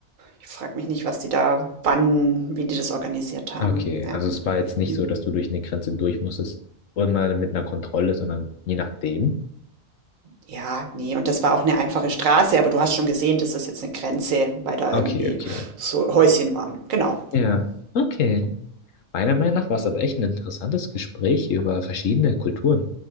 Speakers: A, on the right; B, on the left.
A: ich frage mich nicht, was die da, wann, wie die das organisiert haben.
B: okay.
A: Ja.
B: Also es war jetzt nicht
A: Hm.
B: so, dass du durch eine Grenze durch musstest, immer mit einer Kontrolle, sondern je nachdem.
A: Ja, nee und das war auch 'ne einfache Straße, aber du hast schon gesehen, das ist jetzt 'ne Grenze, weil da
B: Okay,
A: irgendwie
B: okay.
A: so Häuschen waren. Genau.
B: Ja, okay. Meiner Meinung nach war es aber echt ein interessantes Gespräch über verschiedene Kulturen.